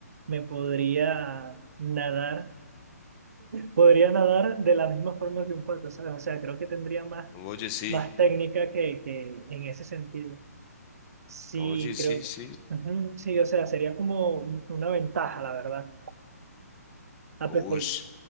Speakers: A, on the right; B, on the left.
A: me podría nadar, podría nadar de la misma forma que un pato, ¿sabes? O sea, creo que tendría más,
B: Oye, sí,
A: más técnica que, que en ese sentido. Sí,
B: oye, sí,
A: creo,
B: sí.
A: ujú, sí, o sea, sería como un- una ventaja, la verdad. Ah,
B: Uy,
A: pues, porque,